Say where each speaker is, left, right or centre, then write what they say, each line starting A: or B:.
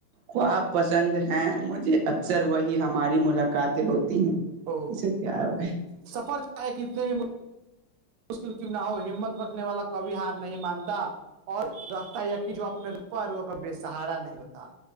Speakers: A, on the right (about 75°); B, on the right (about 90°).
A: خواب پسند ہیں مجھے اکثر وہی ہماری ملاقاتیں ہوتی ہیں
B: او
A: یہ سب کیا بھائی
B: سفر کتنے بھی م مشکل کیو نا ہو ہمت رکھنے والا کبھی ہار نہیں مانتا اور رکھتا ہے یقین جو اپنے اور وہ کبھی بے سہارا نہیں ہوتا